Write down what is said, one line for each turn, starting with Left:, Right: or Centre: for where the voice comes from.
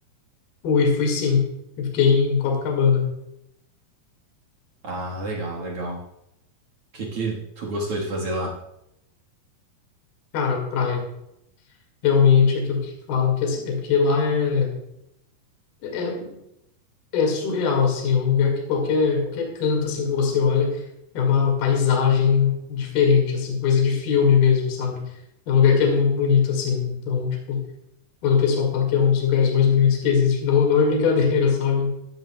Left: Fui, fui sim. Eu fiquei em Copacabana.
Right: Ah, legal, legal. O que que tu gostou de fazer lá?
Left: Cara, praia. Realmente, aquilo que falam, que é assim, é porque lá é, é, é surreal, assim. É um lugar que qualquer, qualquer canto, assim, que você olha, é uma paisagem diferente, assim. Coisa de filme mesmo, sabe? É um lugar que é muito bonito, assim. Então, tipo, quando o pessoal fala que é um dos lugares mais bonitos que existe, não, não é brincadeira, <laughs> sabe?